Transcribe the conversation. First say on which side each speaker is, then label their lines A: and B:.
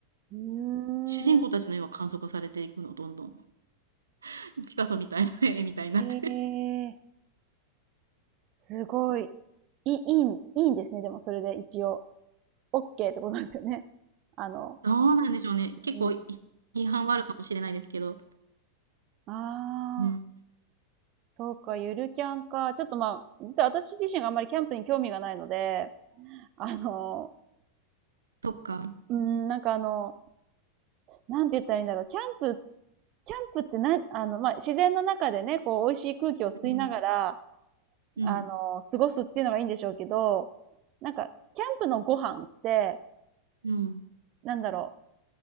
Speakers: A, on the right; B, on the right.
A: うーん、
B: 主人公たちの絵は簡素化されていくの、
A: へ
B: どんどん。<laughs> ピカソみたいな絵みたいになって。
A: え、すごい。いい、いいん、いいんですね。でもそれで一応、OK ってことですよね。あの、
B: どうなんでしょうね。結構い
A: うん。
B: 批判はあるかもしれないですけど。
A: ああ。
B: うん、
A: そうか、ゆるキャンか。ちょっとまあ、実は私自身があんまりキャンプに興味がないので、あの、
B: そっか。
A: うーん、なんかあの、なんて言ったらいいんだろう。キャンプ、キャンプってな、あの、まあ、自然の中でね、こう、美味しい空気を吸いながら、
B: うん、うん、
A: あの、過ごすっていうのがいいんでしょうけど、なんか、キャンプのご飯って、
B: うん。
A: なんだろ